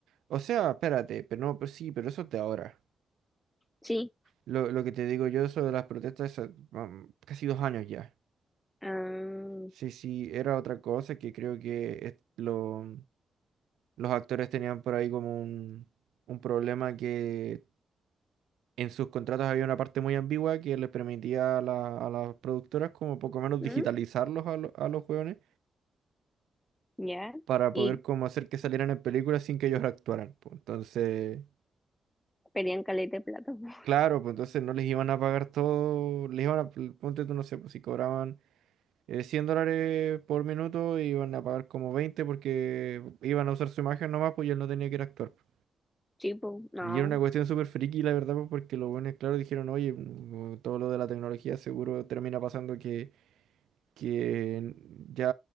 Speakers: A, on the right; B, on the left.
A: O sea, espérate, pero no, pues sí, pero eso es de ahora.
B: Sí.
A: Lo, lo que te digo yo sobre las protestas, eh, um, casi dos años ya.
B: Ah,
A: Sí, sí, era otra cosa que creo que es- lo- los actores tenían por ahí como un, un problema que en sus contratos había una parte muy ambigua que les permitía a, la- a las productoras como poco menos
B: ¿mm?
A: digitalizarlos a, lo- a los jóvenes
B: Ya.
A: para
B: Y
A: poder como hacer que salieran en películas sin que ellos actuaran. pues, entonces,
B: pedían caleta de plata. <laughs>
A: claro, pues entonces no les iban a pagar todo, les iban a, ponte tú, no sé, pues si cobraban eh, 100 dólares por minuto y iban a pagar como 20 porque iban a usar su imagen nomás, pues y él no tenía que ir a actuar. pues.
B: Sí, po, no.
A: Y era una cuestión súper friki, la verdad, pues porque los buenos, claro, dijeron, oye, mm, todo lo de la tecnología seguro termina pasando que, que ya